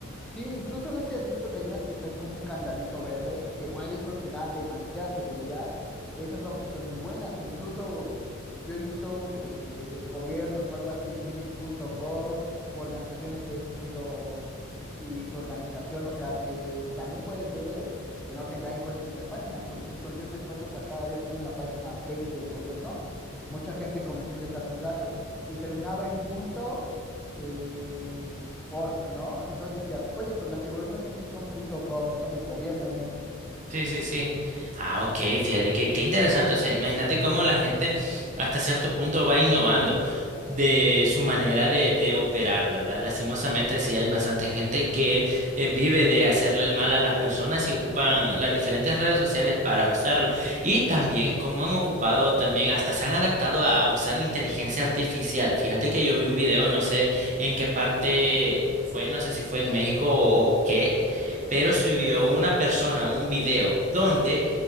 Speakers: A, in the centre; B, on the right (about 35°).
A: Sí, incluso no sé si has visto que hay unas que traen como un candadito verde, que igual eso te da demasiada seguridad. Esas son que son muy buenas. O incluso yo he visto que gobiernos o algo así tienen punto .gov o organizaciones que es punto y su organización. O sea que también puedes ver que no te engañen con este tipo de páginas. Por ejemplo, yo recuerdo que acá había salido una página fake del gobierno y mucha gente comenzó a ingresar sus datos y terminaba en punto eh, org, ¿no? Entonces decías, oye, pero las de gobierno siempre son punto .gov, ¿no? De gobierno MX.
B: Sí, sí, sí. Ah, ok, fíjate que qué interesante. O sea, imagínate cómo la gente hasta cierto punto va innovando de su manera de, de operar, ¿verdad? Lastimosamente, sí hay bastante gente que eh, vive de hacerle el mal a las personas y ocupan las diferentes redes sociales para usarlo. Y también cómo han ocupado, también hasta se han adaptado a, a usar la inteligencia artificial. Fíjate que yo vi un video, no sé en qué parte fue, no sé si fue en México o o qué pero subió una persona un video donde